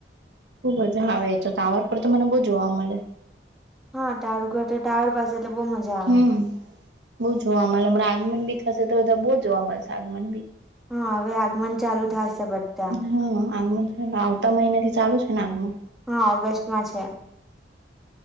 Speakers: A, on the right; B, in the centre.
A: ખુબજા હવે એ તો તાવર પર તો મને બહ જોવા મળે
B: હા ટારુ ઘર તો ટાવર પાસે એટલે બહુ મજા આવે
A: હમ બહુ જોવા મળે હમણાં આગમન બી થશે તો બધા બહુ જોવા મળશે આગમન બી
B: હા હવે આગમન ચાલુ થશે બધા
A: <unintelligible> આવતા મહિના થી ચાલુ છે ને આગમાં
B: હા ઓગસ્ટમાં છે